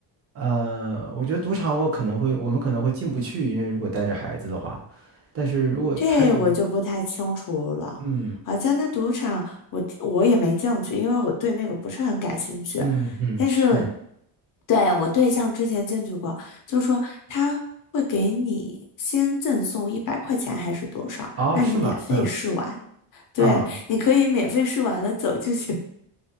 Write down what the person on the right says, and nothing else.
呃，我觉得赌场我可能会，我们可能会进不去，因为如果带着孩子的话，但是如果他有，
嗯
嗯嗯，
是，
哦，
是吗？<laughs> 哼
啊